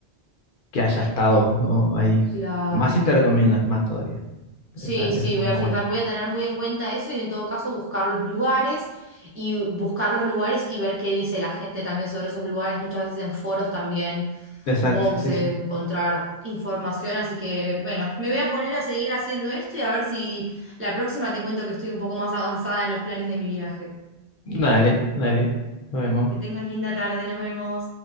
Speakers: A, on the left (about 60°); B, on the right (about 20°).
A: que haya estado ¿no? ahí.
B: claro.
A: Más si te recomiendas, más todavía.
B: Sí,
A: Esa, esa
B: sí,
A: es
B: voy
A: una
B: a fijar,
A: buena.
B: voy a tener muy en cuenta eso y en todo caso buscar los lugares y buscar los lugares y ver qué dice la gente también sobre esos lugares. Muchas veces en foros también
A: Exacto,
B: supongo que
A: sí,
B: se debe
A: sí.
B: encontrar información, así que bueno, me voy a poner a seguir haciendo esto y a ver si la próxima te cuento que estoy un poco más avanzada en los planes de mi viaje.
A: Dale, dale. Nos vemos.
B: Que tengas linda tarde, nos vemos.